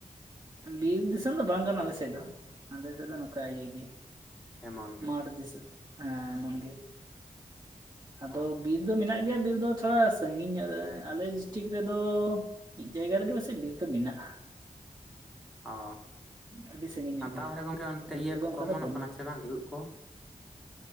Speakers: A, on the right (about 30°); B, in the centre.
A: ᱵᱤᱨ ᱫᱤᱥᱚᱢ ᱫᱚ ᱵᱟᱝ ᱠᱟᱱᱟ ᱟᱞᱮ ᱥᱮᱫ ᱫᱚ, ᱟᱞᱮ ᱥᱮᱫ ᱫᱚ ᱱᱚᱝᱠᱟ ᱤᱭᱟᱹ ᱜᱮ᱾
B: ᱮᱢᱚᱱ ᱜᱮ,
A: ᱢᱟᱴ ᱫᱤᱥ ᱦᱮᱸ ᱮᱢᱚᱱ ᱜᱮ, ᱟᱫᱚ
B: ᱚ
A: ᱵᱤᱨ ᱫᱚ ᱢᱮᱱᱟᱜ ᱜᱮ ᱜᱮᱭᱟ ᱵᱤᱨ ᱫᱚ, ᱛᱷᱚᱲᱟ ᱥᱟᱺᱜᱤᱧ ᱧᱚᱜ ᱨᱮ ᱟᱞᱮ ᱰᱤᱥᱴᱤᱠ ᱨᱮᱫᱚ ᱢᱤᱫ ᱡᱟᱭᱜᱟ ᱨᱮᱜᱮ ᱯᱟᱥᱮᱡ, ᱵᱤᱨ ᱫᱚ ᱢᱮᱱᱟᱜᱼᱟ᱾
B: ᱚ
A: ᱟᱹᱰᱤ ᱥᱟᱺᱜᱤᱧ ᱧᱚᱜ
B: ᱟᱨ ᱛᱟᱦᱚᱞᱮ
A: ᱜᱮᱭᱟ
B: ᱜᱚᱢᱠᱮ ᱚᱱᱛᱮ,
A: ᱵᱤᱨ
B: ᱤᱭᱟᱹ
A: ᱠᱚᱫᱚ
B: ᱠᱚᱠᱚ
A: ᱚᱱᱠᱟ
B: ᱚᱢᱚᱱᱚᱜ
A: ᱫᱚ ᱵᱟᱹᱱᱩᱜᱼᱟ
B: ᱠᱟᱱᱟ ᱥᱮ ᱵᱟᱝ ᱜᱮ ᱩᱫ ᱠᱚ?